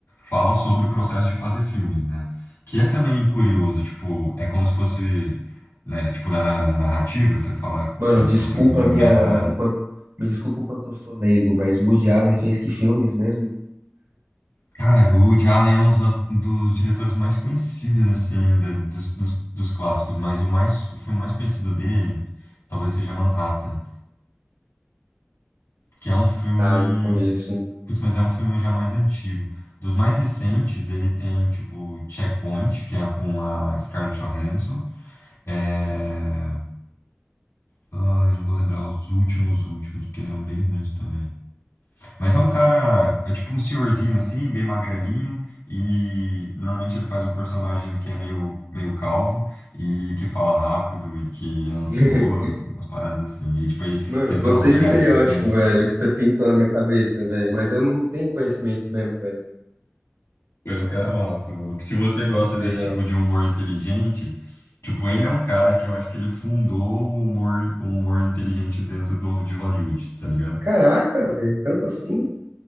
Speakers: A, on the left; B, on the right.
A: fala sobre o processo de fazer filmes, né? Que é também curioso, tipo, é como se fosse né, tipo, na, na na narrativa, você fala
B: Mano,
A: como
B: desculpa
A: se fosse meta
B: a minha. O quanto, me desculpa o quanto eu sou leigo, mas o Woody Allen fez que filmes mesmo?
A: Cara, o Woody Allen é um dos, a- dos diretores mais conhecidos, assim, da- dos, dos, dos clássicos, mas o mais, o filme mais conhecido dele talvez seja Manhattan, que é um filme,
B: Tá, não conheço, hein?
A: putz, mas é um filme já mais antigo. Dos mais recentes, ele tem, tipo, Checkpoint, que é com a Scarlett Johansson. É... Ai, não vou lembrar os últimos últimos, porque eram bem ruins também. Mas é um cara, é tipo um senhorzinho assim, bem magrelinho, e normalmente ele faz um personagem que é meio, meio calvo e que fala rápido e que é ansioso,
B: <laughs>
A: umas paradas assim. E tipo, ele
B: Mano,
A: sempre
B: gostei
A: tem umas pegadas
B: do estereótipo,
A: existências.
B: velho, que você pintou na minha cabeça, velho. Mas eu não tenho conhecimento mesmo, velho.
A: Pô, É um cara massa, mano. Porque Se você gosta
B: Que Legal.
A: desse tipo de humor inteligente, tipo, ele é um cara que eu acho que ele fundou o humor, o humor inteligente dentro do, de Hollywood, tá ligado?
B: Caraca, velho, tanto assim?